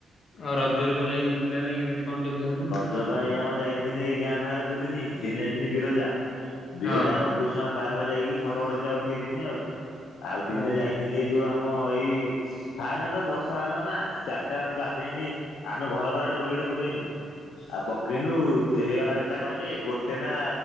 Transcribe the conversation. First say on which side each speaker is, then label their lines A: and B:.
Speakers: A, on the left; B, on the left.
A: ଆଉ ରଜରେ କୁଆଡ଼େ ଯାଇଥିଲୁ ବୁଲିବା ପାଇଁ କେମିତି କଣ ଟିକେ କହୁନୁ?
B: ଜ ପା ଏଇ ଆମ ଯାଇଥିନି ଏଇ ଗାଁ ବାହାରେ ବୁଲିନି ଦିନେ ଯାଇଥିନି ବିରଜା ବିରଜା
A: ହଁ
B: ଆମ କୁଶୁମା ପାର୍କ ଫାର୍କ ଯାଇକି ଫଟ ଫଟ ଦି ଟା ଉଠେଇଦିନି ଆଉ ଆଉ ଦିନେ
A: ଓହୋ
B: ଯାଇ ଦିନେ ଯୋଉ ଆମ ଏଇ ଫାଷ୍ଟ ଦିନ ତ ବର୍ଷା ହେଲା ନା ଚାରିଟା ଗାଧେଇନି ଆମେ ଘର ପାଖରେ ଗୋଟେ ଦୋଳିଟେ ପକେଇନୁ। ଆଉ ପକେଇନୁ ଦି ହେଇଗଲା କେତେଟା କହନି ଗୋଟେ ନା